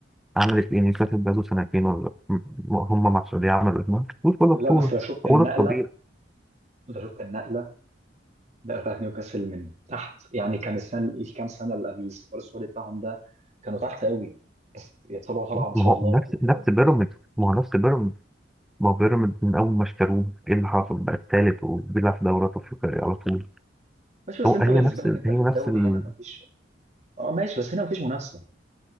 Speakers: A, in the centre; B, on the right.
A: عملت ايه نيوكاسل بقاله سنتين ولا م- هم مع السعوديه عملوا ايه؟ ما كسبوش ولا
B: لا
A: بطوله
B: بس لو شفت النقله
A: هو ده الطبيعي
B: لو شفت النقله ده بتاعت نيوكاسل من تحت يعني كان السنه الكام سنه اللي قبل الاستثمار السعودي بتاعهم ده كانوا تحت قوي بس طلعوا طلعه
A: ما
B: ما شاء
A: هو
B: الله
A: نفس
B: لعيبه
A: نفس
B: موت
A: بيراميدز ما هو نفس بيراميدز ما هو بيراميدز من اول ما اشتروه ايه اللي حصل بقى الثالث وبيلعب في دوريات افريقيه على طول
B: ماشي بس
A: هو
B: انت
A: هي
B: بالنسبه
A: نفس
B: لك انت
A: هي
B: في
A: نفس
B: الدوري
A: ال-
B: هنا ما فيش اه ماشي بس هنا ما فيش منافسه